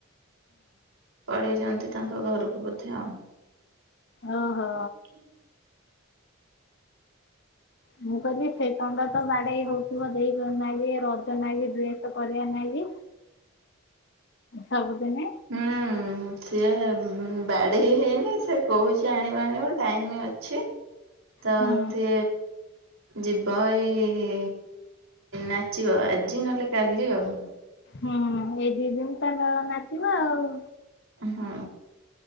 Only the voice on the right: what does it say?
ପରେଇ ଯାନ୍ତି ତା ଘରକୁ ବୋଧେ ଆଉ।
ଆଛା।
ହୁଁ ସିଏ ଉ ବା ବାଡେଇ ହେଇନି ସେ କହୁଛି ଆଣିବା ଆଣିବ ଟାଇମ ଅଛି। ତତେ
ଯିବ ଏଇ ନାଚିବ ଆଜି ନହେଲେ କାଲି ଆଉ।
ହୁଁ